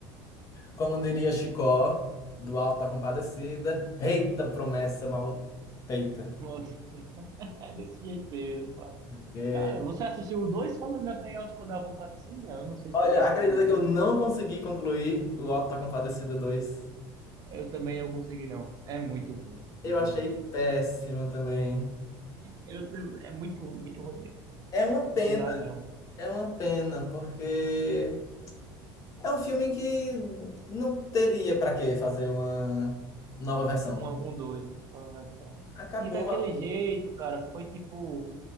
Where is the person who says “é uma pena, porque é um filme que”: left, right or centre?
Left